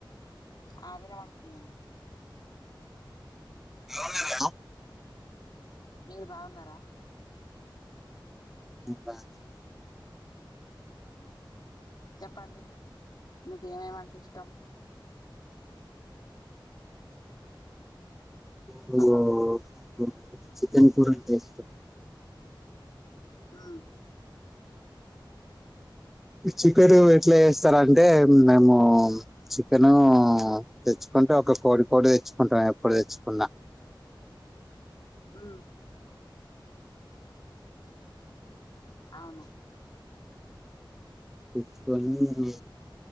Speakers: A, on the left (about 55°); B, in the centre.
A: ఆ వినబడుతుందండి
B: ఎలా ఉన్నారు
A: మీరు బాగున్నారా
B: నేను బానే ఉన్నా
A: చెప్పండి మీకేమేమంటే ఇష్టం
B: నాకూ
A: హలో
B: చికెన్ కూర అంటే ఇష్టం
A: ఉమ్
B: చికెను ఎట్లా చేస్తారంటే మేము చికెను తెచ్ కుంటే ఒక కోడి కోడి తెచ్చుకుంటాం ఎప్పుడు తెచ్చుకున్నా
A: ఉమ్ అవును
B: తెచ్చుకొని